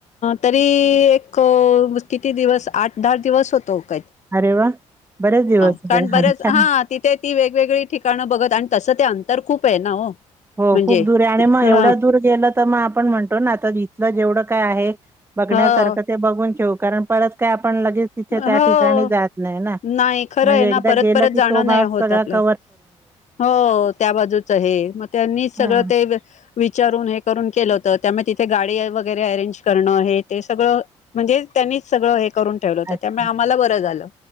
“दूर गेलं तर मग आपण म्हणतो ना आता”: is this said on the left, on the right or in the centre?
Right